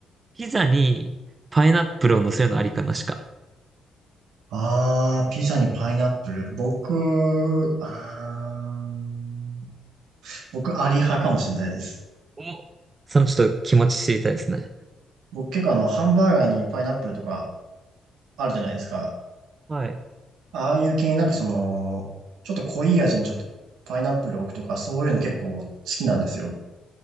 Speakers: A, on the right (about 30°); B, on the right (about 80°).
A: ピザにパイナップルを乗せるのありかなしか。
B: あー、ピザにパイナップル。僕、あー、僕、アリ派かもしれないです。
A: お、そのちょっと気持ち知りたいですね。
B: 僕、結構あの、ハンバーガーにパイナップルとかあるじゃないですか。
A: はい。
B: ああいう系、なんかその、ちょっと濃い味にちょっとパイナップルを置くとか、そういうの結構好きなんですよ。